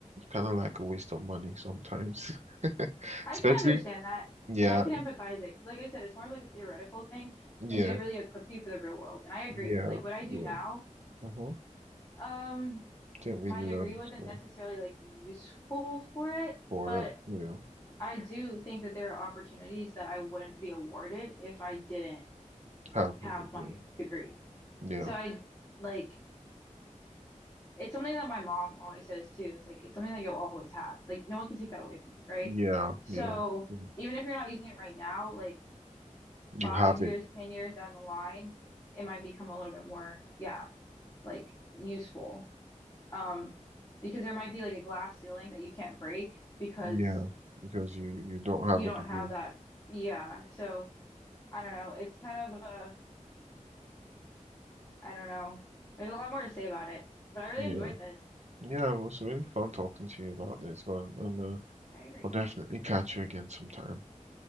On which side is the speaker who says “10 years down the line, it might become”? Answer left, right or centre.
Left